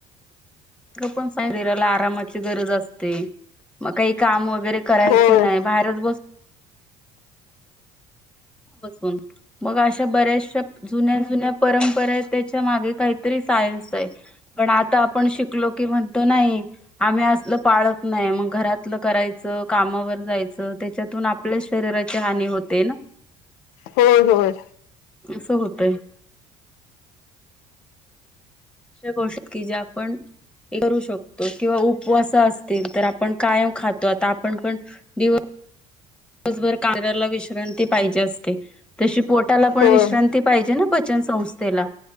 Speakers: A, in the centre; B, on the left.
A: <unintelligible> आरामाची गरज असते मग काही काम वगैरे करायच
B: होय
A: नाही. बाहेरच बसू बसवून मग अशा बऱ्याचशा जुन्या जुन्या परंपरा आहेत त्याच्या मागे काहीतरी सायन्स आहे. पण आता आपण शिकलो की म्हणतो नाही. आम्ही असलं पाळत नाही, मग घरातलं करायचं कामावर जायचं, त्याच्यातून आप आपल्या शरीराची हानी होते ना?
B: होय होय.
A: असं होतय. दुसरी गोष्टी की जे आपण करू शकतो, किंवा उपवास असतील तर आपण कायम खातो आता आपण पण दिवस दिवसभर काम शरीराला विश्रांती पाहिजे असते तशी पोटाला पण
B: होय
A: विश्रांती पाहिजे ना पचन संस्थेला?